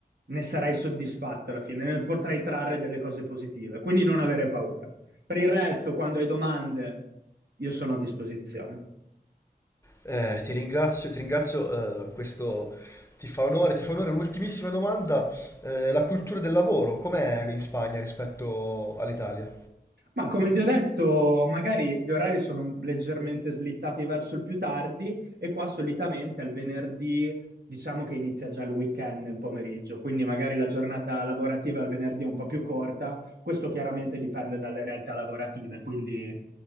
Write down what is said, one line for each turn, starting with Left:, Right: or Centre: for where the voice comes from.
Right: ne sarai soddisfatto alla fine, ne potrai trarre delle cose positive. Quindi non avere paura. Per il resto, quando hai domande, io sono a disposizione.
Left: Eh, ti ringrazio, ti ringrazio, eh, questo ti fa onore, ti fa onore. Un'ultimissima domanda, eh, la cultura del lavoro, com'è in Spagna rispetto all'Italia?
Right: Ma come ti ho detto, magari gli orari sono un- leggermente slittati verso il più tardi e qua solitamente al venerdì diciamo che inizia già il weekend nel pomeriggio, quindi magari la giornata lavorativa al venerdì è un po' più corta, questo chiaramente dipende dalle realtà lavorative, quindi